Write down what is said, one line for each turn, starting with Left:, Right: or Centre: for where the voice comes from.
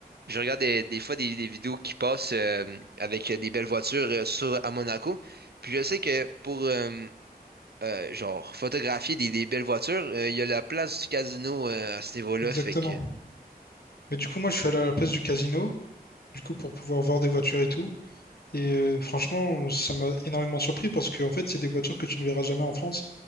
Right: je regarde des, des fois des, des vidéos qui passent euh, avec euh, des belles voitures euh, sur, à Monaco. Puis je sais que pour, euh, euh, genre, photographier des, des belles voitures, euh, il y a la place du casino euh, à ce niveau-là,
Left: exactement.
Right: fait que,
Left: Mais du coup, moi, je suis allé à la place du casino, du coup, pour pouvoir voir des voitures et tout. Et euh, franchement, ça m'a énormément surpris parce que, en fait, c'est des voitures que tu ne verras jamais en France.